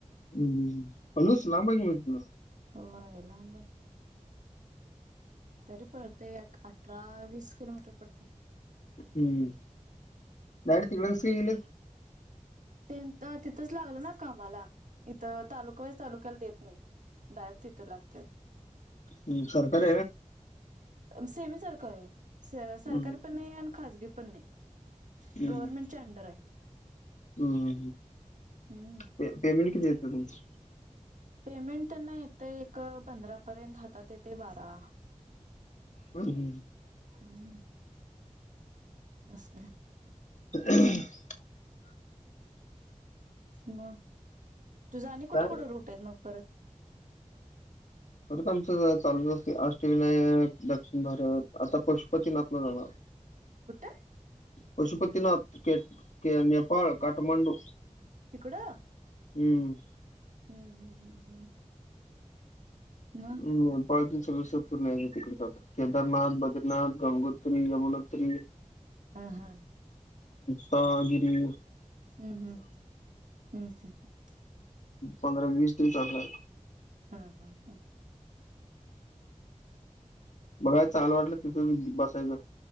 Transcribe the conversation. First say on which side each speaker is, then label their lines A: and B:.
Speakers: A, on the left; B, on the right.
A: हम् ह् पोलूस लांब आहे इथंन.
B: होय लांब आहे. तरी पडते अठरा वीस किलोमीटर पडते.
A: हम्म. डायरेक्ट तिकडे कस काय गेली?
B: तिथंच लागल ना कामाला इथं तालुकावाईज तालुक्याला देत ाड त त लागते
A: हम् सरकार
B: सेमी सरकारी सरकारी
A: हम्म
B: पण नाही आणि खजगी पण नाही
A: हम्म
B: गवरर्मेंटच्या अंडर आहे
A: हम्म
B: हम्म.
A: पेमेंट किती देतं तुमच
B: पेमेंट त्यांना येतं एक पंधरा पर्यंत हातात येते बारा
A: हम हम्
B: हम्म असं
A: ह
B: मग तुझा आणि कुठे
A: काय
B: कुठं रूट आहे मग परत
A: खरत आमचं चालूच असते अष्टविनायक दक्षिण भारत आता पशुपती ना आपलं जाणार
B: कुठ
A: पशुपतीनाथ नेपाळ काठमांडू
B: तिकड
A: हम्म
B: हम्म हम् हम्म हम्म मग
A: हम् सर्व पूर्ण तिकडे जातात केदारनाथ बद्रीनाथ गंगोत्री यमुनोत्री
B: आ हा
A: पा गिरी
B: हम्म हम्म हम्म हम् हम्
A: पंधरा वीस दिवस चालणार
B: हा हा हा
A: बघा चाल वाटलं तिथं बसायचं